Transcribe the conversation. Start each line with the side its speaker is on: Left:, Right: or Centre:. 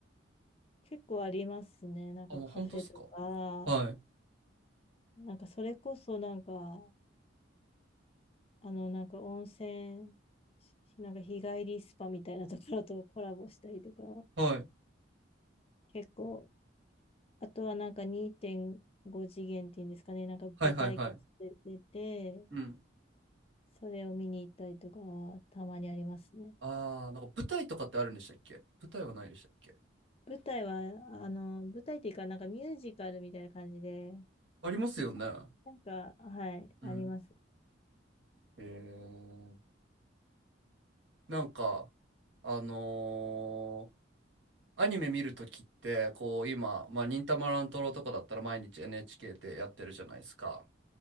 Left: 結構ありますね。なんかカフェとか、
Right: あ、もう本当っすかはい。
Left: なんかそれこそなんか、あの、なんか温泉、しなんか日帰りスパみたいなところとコラボしたりとか。
Right: はい。
Left: 結構、あとはなんか2.5次元っていうんですかね、なんか舞台化しててて、
Right: はいはいはい。うん
Left: それを見に行ったりとかはたまにありますね。
Right: ああ、なんか舞台とかってあるんでしたっけ舞台はないでしたっけ
Left: 舞台は、あの、舞台っていうか、なんかミュージカルみたいな感じで、
Right: ありますよね。
Left: で、さなんか、はい、あります。
Right: うん。へえ。なんか、あのーアニメ見るときって、こう今、まあ、忍たま乱太郎とかだったら毎日 NHK でやってるじゃないですか。